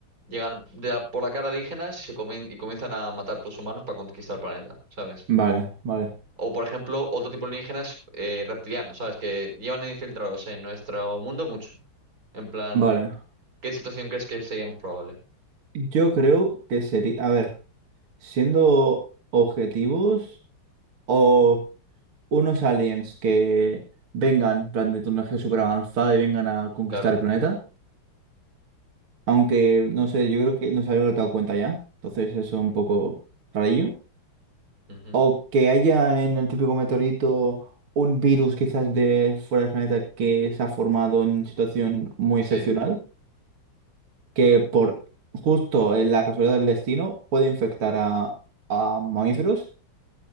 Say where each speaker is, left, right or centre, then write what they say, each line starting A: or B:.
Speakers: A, on the right; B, on the right.
A: llegan de la- por la cara alienígenas y se comen y comienzan a matar a los humanos para conquistar el planeta, ¿sabes?
B: Vale, vale,
A: O, por ejemplo, otro tipo de alienígenas eh, reptilianos, ¿sabes? Que llevan infiltrados en nuestro mundo mucho. En plan,
B: vale.
A: ¿qué situación crees que sería más probable?
B: Yo creo que sería, a ver, siendo objetivos o unos aliens que vengan, en plan de tecnología súper avanzada y vengan a conquistar
A: Claro.
B: el planeta. Aunque, no sé, yo creo que no se había dado cuenta ya. Entonces eso es un poco rarillo.
A: Ujú.
B: O que haya en el típico meteorito un virus quizás de fuera del planeta que se ha formado en situación muy
A: Sí.
B: excepcional. Que por justo en la casualidad del destino puede infectar a, a mamíferos.